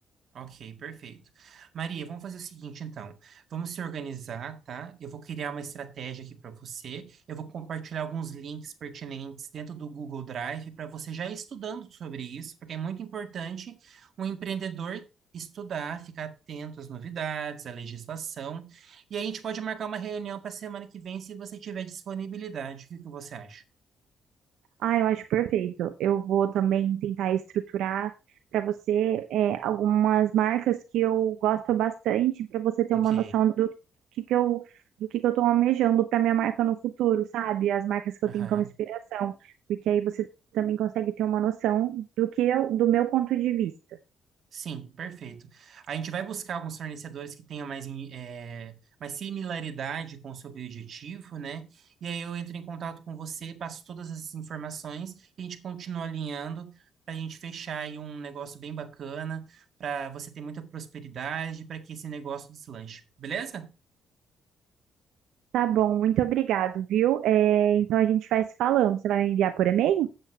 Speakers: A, on the right; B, on the right.
A: Ok, perfeito. Maria, vamos fazer o seguinte, então. Vamos se organizar, tá? Eu vou criar uma estratégia aqui para você. Eu vou compartilhar alguns links pertinentes dentro do Google Drive para você já ir estudando sobre isso, porque é muito importante um empreendedor estudar, ficar atento às novidades, à legislação. E aí a gente pode marcar uma reunião para semana que vem, se você tiver disponibilidade. O que que você acha?
B: Ah, eu acho perfeito. Eu vou também tentar estruturar para você é, algumas marcas que eu gosto bastante, para você ter
A: Ok.
B: uma noção do que, que eu. Do que, que eu tô almejando para minha marca no futuro, sabe? As marcas que
A: Aham.
B: eu tenho como inspiração, porque aí você também consegue ter uma noção do que eu, do meu ponto de vista.
A: Sim, perfeito. A gente vai buscar alguns fornecedores que tenham mais, em- eh, mais similaridade com o seu objetivo, né? E aí eu entro em contato com você, passo todas essas informações e a gente continua alinhando para a gente fechar aí um negócio bem bacana, para você ter muita prosperidade, para que esse negócio deslanche, beleza?
B: Tá bom, muito obrigado, viu? É, então a gente vai se falando. Você vai me enviar por e-mail?